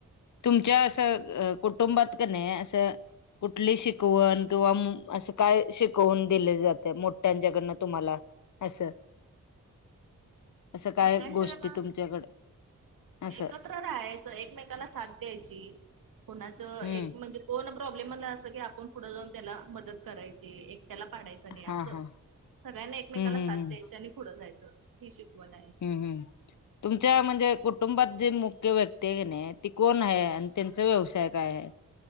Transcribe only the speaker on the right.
मोठ्यांच्या
ना
एकत्र राहायचं एकमेकाला साथ द्यायची कोणाचं
एक म्हणजे कोण प्रॉब्लेमला असं की आपण पुढं जाऊन त्याला मदत करायची एक त्याला पाडायची
असं
सगळ्यांना एकमेकाला
साथ
द्यायची आणि पुढं जायचं हे शिकवण आहे